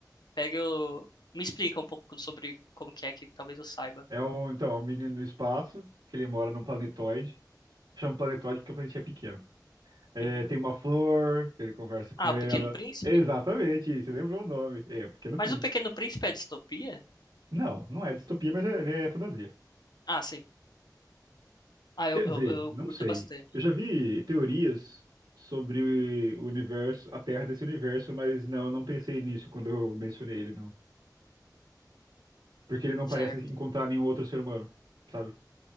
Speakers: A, on the left; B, on the right.
A: pegue o, me explica um pouco sobre como que é que talvez eu saiba.
B: É um, então, é um menino no espaço, que ele mora num planetoide. Chama planetoide porque o planeta é pequeno. É,
A: Uhum.
B: tem uma flor, que ele conversa com
A: Ah,
B: ela.
A: o Pequeno Príncipe?
B: Exatamente, você lembrou o nome. É, o Pequeno
A: Mas
B: Príncipe.
A: o Pequeno Príncipe é distopia?
B: Não, não é distopia, mas é, ele é fantasia.
A: Ah, sim. Ah, eu,
B: Quer
A: eu,
B: dizer,
A: eu
B: não
A: curto
B: sei.
A: bastante.
B: Eu já vi teorias sobre o universo, a Terra desse universo, mas não, eu não pensei nisso quando eu mencionei ele, não. Porque ele não
A: Certo.
B: parece encontrar nenhum outro ser humano, sabe?